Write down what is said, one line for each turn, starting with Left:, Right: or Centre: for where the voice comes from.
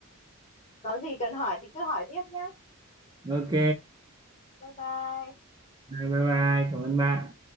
Left: có gì cần hỏi thì cứ hỏi tiếp nhá
Right: ok
Left: bye bye
Right: rồi bye bye cảm ơn bạn